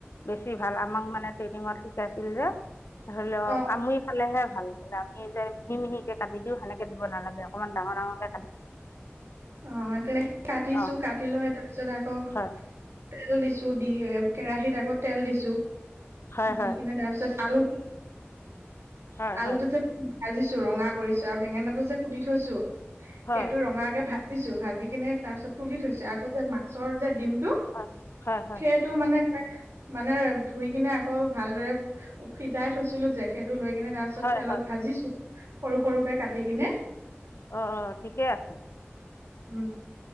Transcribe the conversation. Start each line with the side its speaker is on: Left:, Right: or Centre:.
Left: বেছি ভাল, আমাক মানে ট্ৰেইনিঙত শিকাইছিল যে, ধৰি লও
Right: অ
Left: কামুই খালেহে ভাল। আমি যে মিহি-মিহিকে কাটি দিওঁ সেনেকে দিব নালাগে, অকমান ডাঙৰ-ডাঙৰকে
Right: অ', তেনেক কাটিছো
Left: অ
Right: কাটি লৈ তাৰপিছত আকৌ
Left: হয়
Right: তেল দিছো, দি কেৰাহীত আকৌ তেল দিছো,
Left: হয় হয়
Right: দি কিনে তাৰপিছত আলু
Left: হয়
Right: আলুটো
Left: হয়
Right: যে ভাজিছো ৰঙা কৰিছো আৰু বেঙেনাটো যে কুটি থৈছো
Left: হয়
Right: সেইটো ৰঙাকে ভাজিছো, ভাজি কিনে তাৰছত তুলি থৈছো, আকৌ যে মাছৰ যে ডিমটো
Left: হয়, হয়, হয়।
Right: সেইটো মানে এ মানে ধুই কিনে আকৌ ভালদৰে সিজাই থৈছিলো যে সেইটো লৈ কিনে তাৰ পিছত
Left: হয়
Right: তেলত
Left: হয়
Right: ভাজিছো, সৰু সৰুকে কাটি কিনে।
Left: অ', ঠিকে আছে।
Right: উ।